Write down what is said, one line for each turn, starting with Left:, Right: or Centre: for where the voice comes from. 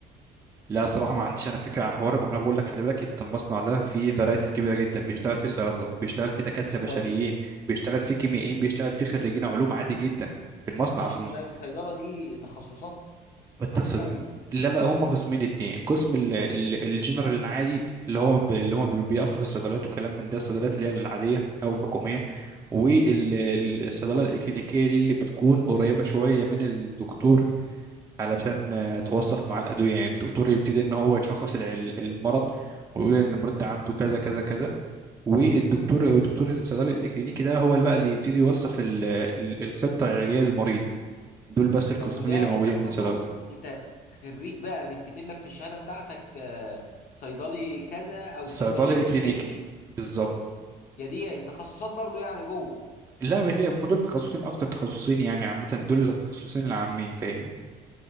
Right: لا صراحة ما عنديش أنا فكرة عن حوار ما أنا بقول لك خلي بالك أنت المصنع ده فيه فرايتيز كبيرة جدا بيشتغل فيه صيادلة بيشتغل فيه دكاترة
Left: هو
Right: بشريين بيشتغل فيه كيميائيين بيشتغل فيه خريجين علوم عادي جدا في المصنع
Left: هي مش
Right: أصلا
Left: الصي-
Right: ما-
Left: الصيدله دي تخصصات
Right: ما التصد...
Left: اقسام
Right: لا لا هم قسمين اتنين قسم ال- ال- الجنرال العادي اللي هو ب... اللي هو بي- بيقف في الصيدليات وكلام من ده الصيدليات اللي هي العادية أو الحكومية والصيدلة الإكلينيكية دي اللي بتكون قريبة شوية من الدكتور علشان آه، توصف معاه الأدوية يعني الدكتور يبتدي إن هو يشخص الع- المرض ويقول إن المريض ده عنده كذا كذا كذا والدكتور والدكتور الصيدلي الكلينيكي ده هو اللي بقى اللي يبتدي يوصف ال- ال- الخطة العلاجية للمريض دول بس القسمين
Left: طب وده
Right: اللي موجودين
Left: انت بتخرج
Right: من صيدلة
Left: انت خريج بقى بيتكتب لك في الشهاده بتاعتك آه، صيدلي كذا او
Right: الصيدلي
Left: صيدلي
Right: الكلينيكي
Left: كلينيكي
Right: بالظبط
Left: يا دي تخصصات برضو يعني جوه
Right: لا مش هي هم دول تخصصين أكتر تخصصين يعني عامة دول التخصصين العامين فاهمني